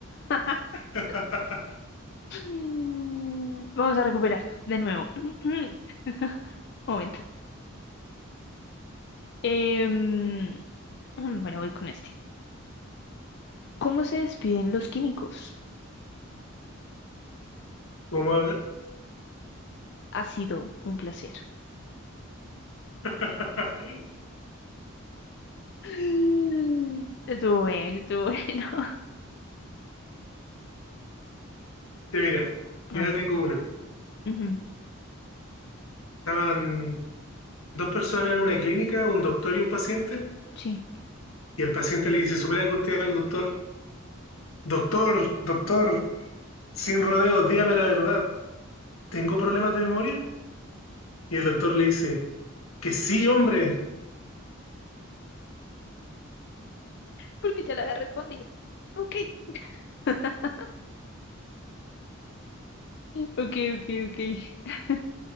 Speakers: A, on the left; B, on the left.
A: <laughs>
B: <laughs>
A: Mm, Vamos a recuperar de nuevo. <laughs> <clears throat> Momento. Em, <clears throat> bueno, voy con este. ¿Cómo se despiden los químicos?
B: Vamos a ver.
A: Ha sido un placer. <gasps>
B: <laughs>
A: <laughs> Estuvo bueno, estuvo bueno. <laughs>
B: Ya mira, yo
A: A ver.
B: tengo una.
A: ujú,
B: Estaban dos personas en una clínica, un doctor y un paciente.
A: Sí.
B: Y el paciente le dice, súper angustiado al doctor, doctor, doctor, sin rodeos, dígame la verdad, ¿tengo problemas de memoria? Y el doctor le dice, que sí, hombre,
A: porque ya le había respondido. Ok. <laughs> Ok, ok, ok. <laughs>